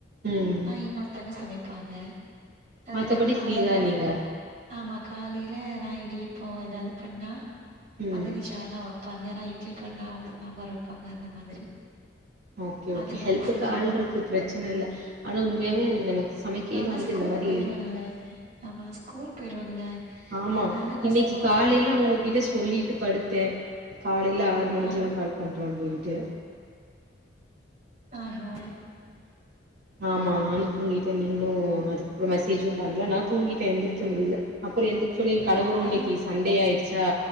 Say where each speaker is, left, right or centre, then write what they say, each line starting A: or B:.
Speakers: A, on the right (about 55°); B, on the right (about 40°).
A: ம்
B: ஆ இன்னொருத்தங்க சமைப் பாங்க அதுக்கப்றோ
A: மத்தபடி
B: காலேல
A: ஃப்ரீ தா
B: என்ன
A: நீங்க
B: ஆமா காலேல நா இடியப்போ ஏதாவது பண்ணா
A: ம்
B: மதினி சால்னா வப் பண்யா நா இட்லி பண்ண அவங்க சாம்பார் வப்பாங்க அந்த மாதிரி
A: ஓகே
B: மாத்தி
A: ஓகே
B: மாத்தி
A: ஹெல்ப்புக்கு
B: செஞ்சுப்போ
A: ஆள் இருக்கு பிரச்சன இல்ல ஆனா உண்மையாவே அது நமக்கு சமைக்கையில
B: நாந்தா
A: வந்துட்டு
B: ஸ்கூல்
A: இந்த மாரி
B: போய்ருவன்ல்ல ஆமா ஸ்கூல் ஸ்கூல் பேய்ருவன்ல
A: ஆமா
B: அதனால நா
A: இன்னைக்கி காலைல உங்ககிட்ட
B: முன்னாடி
A: சொல்லிட்டு படுத்த காலைல ஆறு மணிக்கக்குல்லா
B: ஆஹ
A: கால் பண்ற அப்டின்னு ட்டு
B: ஆஹா
A: ஆமா நானு தூங்கிட்ட நீங்களு அதுக்கப்றோ மெசேஜு பண்ல நா தூங்கிட்ட எந்திரிக்க முடில அப்றோ எந்த் அக்சுலி எ கணவரு
B: நானே
A: இன்னைக்கி சண்டே ஆய்டுச்சி தா